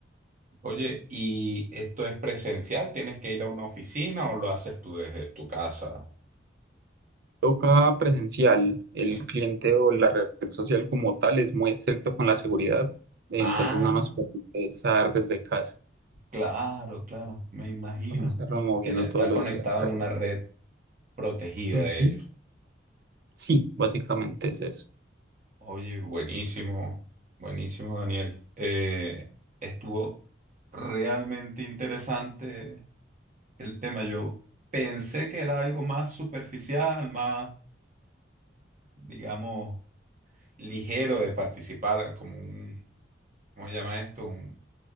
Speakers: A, on the right (about 45°); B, on the right (about 60°).
A: Oye, ¿y esto es presencial? ¿Tienes que ir a una oficina o lo haces tú desde tu casa?
B: Toca presencial, el
A: Sí.
B: cliente o la red social como tal es muy estricto con la seguridad, eh,
A: Ah.
B: entonces no nos permite estar desde casa,
A: Claro, claro, me imagino.
B: para estarnos moviendo
A: Tiene- estás
B: todos los
A: conectado
B: días para
A: en una
B: allá.
A: red protegida
B: Ujú.
A: de ellos.
B: Sí, básicamente es eso.
A: Oye, buenísimo, buenísimo, Daniel. Eh, estuvo realmente interesante el tema. Yo pensé que era algo más superficial, más, digamos, ligero de participar, como un, ¿cómo se llama esto? Un,